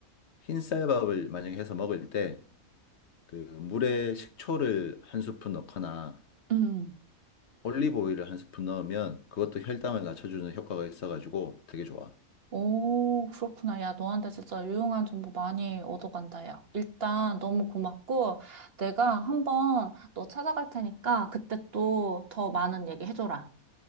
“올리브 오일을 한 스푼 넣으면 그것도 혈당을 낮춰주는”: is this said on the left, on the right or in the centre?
Left